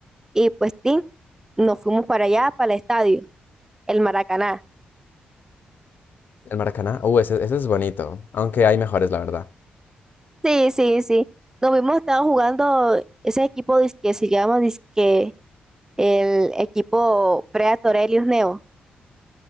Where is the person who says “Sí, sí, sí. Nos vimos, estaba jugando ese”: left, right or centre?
Right